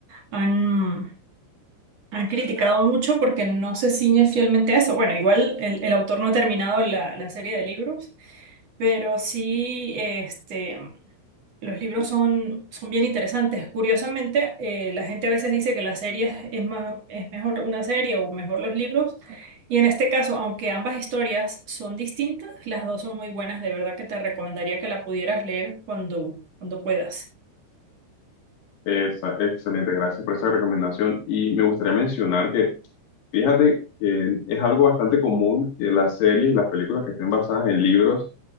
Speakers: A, on the right; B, on the left.
A: han... Han criticado mucho porque no se ciñe fielmente a eso. Bueno, igual el, el autor no ha terminado la, la serie de libros, pero sí, este, los libros son, son bien interesantes. Curiosamente, eh, la gente a veces dice que la serie es más, es mejor una serie o mejor los libros. Y en este caso, aunque ambas historias son distintas, las dos son muy buenas. De verdad que te recomendaría que la pudieras leer cuando, cuando puedas.
B: Esa- excelente, gracias por esa recomendación. Y me gustaría mencionar que Fíjate que es algo bastante común que las series y las películas que estén basadas en libros